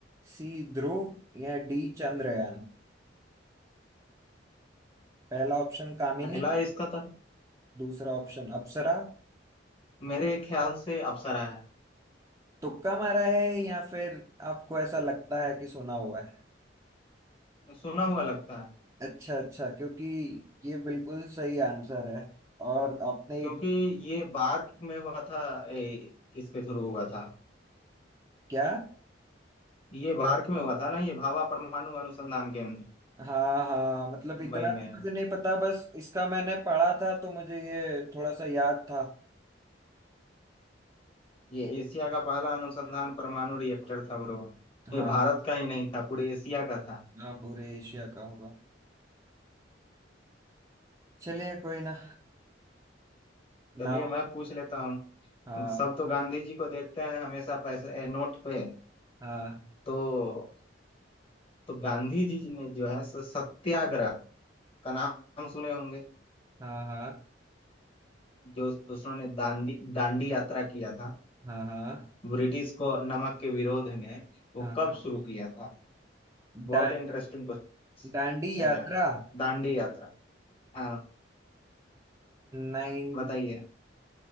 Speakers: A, on the right; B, on the left.
A: सी ध्रुव या डी चंद्रयान पहला ऑप्शन कामिनी
B: पहला इसका था
A: दूसरा ऑप्शन अप्सरा
B: मेरे ख्याल से अप्सरा है
A: तुक्का मारा है या फिर आपको ऐसा लगता है कि सुना हुआ है
B: सुना हुआ लगता है
A: अच्छा अच्छा क्योंकि ये बिल्कुल सही आंसर है और आपने
B: क्योंकि ये बार्क में हुआ था ए, इसके थ्रू हुआ था
A: क्या
B: ये बार्क में हुआ था ना ये भाभा परमाणु अनुसंधान केंद्र
A: हाँ हाँ मतलब
B: मुंबई
A: इतना
B: में
A: तो मुझे नहीं पता बस इसका मैंने पढ़ा था तो मुझे ये थोड़ा सा याद था
B: ये एशिया का पहला अनुसंधान परमाणु रिएक्टर था ब्रो
A: हाँ
B: ये भारत का ही नहीं था पूरे एशिया का था
A: हाँ पूरे एशिया का होगा चलिए कोई ना ना
B: चलिए मैं पूछ लेता हूँ
A: हाँ
B: सब तो गांधी जी को देखते हैं हमेशा पैसे ए, नोट पे
A: हाँ
B: तो तो गांधी जी ने जो है सो सत्याग्रह का नाम सुने होंगे
A: हाँ हाँ
B: जो उस- उन्होंने दांडी दांडी यात्रा किया था
A: हाँ हाँ
B: ब्रिटिश को नमक के विरोध में वो
A: हाँ
B: कब शुरू किया था बहुत
A: डा,
B: इंटरेस्टिंग क्वेश्चन
A: डांडी यात्रा
B: है दांडी यात्रा हाँ
A: नाइनटीन
B: बताइए